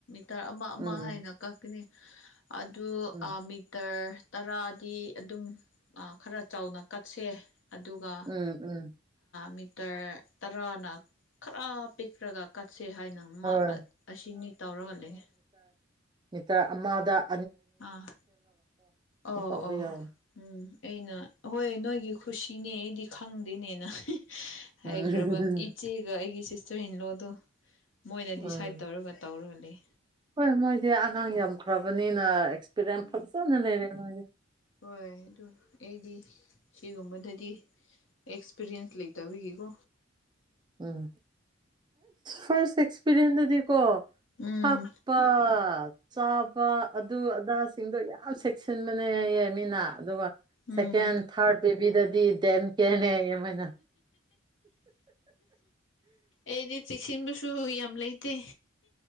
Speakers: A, on the left (about 70°); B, on the right (about 25°).
A: ꯇꯔ ꯑꯃ ꯑꯃ
B: ꯎꯝ
A: ꯍꯥꯏꯅ ꯀꯛꯀꯅꯤ ꯑꯗꯨ
B: ꯎꯝ
A: ꯃꯤꯇꯔ ꯇꯔꯥꯗꯤ ꯑꯗꯨꯝ ꯈꯔ ꯆꯥꯎꯅ ꯀꯠꯁꯦ ꯑꯗꯨꯒ
B: ꯎꯝ ꯎꯝ
A: ꯃꯤ ꯇꯔꯥꯅ ꯈꯔ ꯄꯤꯛ꯭ꯔꯒ ꯁꯦ ꯍꯥꯏꯅ
B: ꯍꯣꯏ
A: ꯑꯁꯤꯅꯤ ꯇꯧꯔꯒ ꯂꯩ
B: ꯅꯤꯇ ꯑꯃꯃꯥꯗ
A: ꯑꯥ ꯑꯣ
B: ꯇꯧꯕ
A: ꯑꯣ
B: ꯌꯥꯎꯋꯦ
A: ꯎꯝ ꯑꯅ ꯍꯣꯏ ꯅꯣꯏ ꯑꯩ ꯒꯤ ꯈꯨꯁꯤꯅꯦ ꯑꯩꯗꯤ ꯈꯪꯗꯦꯅꯦꯅ ꯍꯥꯏꯈ꯭ꯔꯕ
B: ꯎꯝ
A: ꯏꯆꯦꯒ ꯑꯩꯒꯤ ꯁꯤꯁꯇꯔ ꯏꯟ ꯂꯣꯗꯣ ꯃꯣꯏꯅ
B: ꯎꯝ
A: ꯗꯤꯁꯥꯏꯠ ꯇꯧꯔꯒ ꯇꯧꯔꯒ ꯂꯩ
B: ꯍꯣꯏ ꯃꯣꯏꯗꯤ ꯑꯉꯥꯡ ꯌꯥꯝꯈ꯭ꯔꯕꯅꯤꯅ ꯑꯦꯛꯁꯄꯤꯔꯤꯌꯦꯟꯁ
A: ꯎꯝ
B: ꯐꯖꯅ ꯂꯩꯔꯦ ꯃꯣꯏꯗꯤ
A: ꯍꯣꯏ ꯍꯣ ꯑꯦꯗꯤ ꯁꯤꯒꯨꯝꯕꯗꯗꯤ ꯑꯦꯛꯁꯄꯤꯔꯤꯌꯦꯟꯁ ꯂꯩꯇꯕꯒꯤꯀꯣ
B: ꯎꯝ ꯐ ꯑꯦꯛꯁꯄꯤꯔꯤꯟꯁ ꯑꯗꯨꯗꯤꯀꯣ
A: ꯎꯝ
B: ꯊꯛꯄ ꯆꯥꯕ ꯑꯗꯨ ꯑꯗꯥꯁꯤꯡꯗꯣ ꯌꯥꯝ ꯆꯦꯛꯁꯤꯟꯕꯅꯦ ꯍꯥꯏꯌꯦꯦ ꯃꯤꯅ ꯑꯗꯨꯒ
A: ꯎꯝ
B: ꯁꯦꯀꯦꯟ ꯊꯥꯔꯠ ꯕꯦꯕꯤꯗꯗꯤ ꯗꯦꯝ ꯀꯦꯅꯦꯌꯦ ꯃꯣꯏꯅ
A: ꯑꯩꯗꯤ ꯆꯦꯛꯁꯤꯟꯕꯁꯨ ꯌꯥꯝ ꯂꯩꯇꯦ